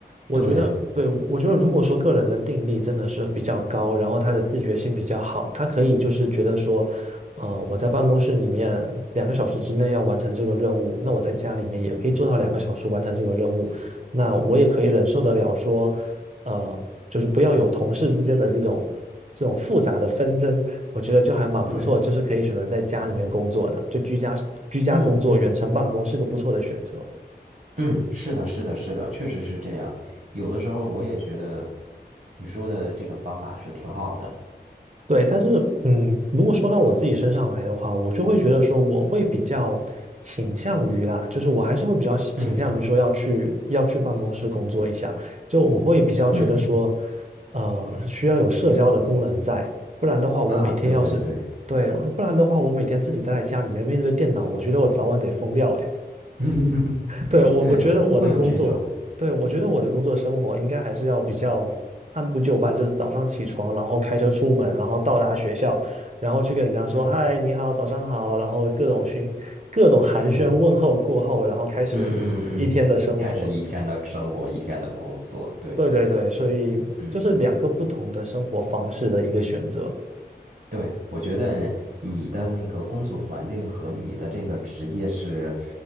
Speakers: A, on the right; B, on the right.
A: 我觉得，
B: 对
A: 对，我觉得如果说个人的定力真的是比较高，然后他的自觉性比较好，他可以就是觉得说，呃，我在办公室里面两个小时之内要完成这个任务，那我在家里面也可以做到两个小时完成这个任务，那我也可以忍受得了说。呃，就是不要有同事之间的这种这种复杂的纷争，我觉得就还蛮不错，
B: 对，
A: 就是可以选择在家里面工作的，
B: 嗯
A: 就居家居家工作、
B: 嗯嗯
A: 远程办公是个不错的选择。
B: 嗯，是的，是的，是的，确实是这样。有的时候我也觉得你说的这个方法是挺好的。
A: 对，但是嗯，如果说到我自己身上来的话，我就会觉得说，我会比较倾向于啦，就是我还是会比较倾向于说要去要去办公室工作一下，
B: 嗯
A: 就我会比较觉得说，
B: 嗯
A: 呃，需要有社交的功能在，不然的话，我每天要是对，
B: 啊，对对对，
A: 不然的话，我每天自己待在家里面面对电脑，我觉得我早晚得疯掉
B: <laughs>
A: 对，我我觉得我的工作，
B: 对，会有这种。
A: 对，我觉得我的工作生活应该还是要比较按部就班，就是早上起床，然后开车出门，然后到达学校，然后去跟人家说嗨，
B: 嗯
A: 你好，早上好，然后各种询各种寒暄问候过后，
B: 嗯。
A: 然后开始一天的生活。
B: 嗯嗯嗯，开始一天的生活，一天的工作，对，
A: 对对对，所以就是两个不同的生活方式的一个选择。
B: 嗯，对，我觉得你的那个工作环境和你的这个职业是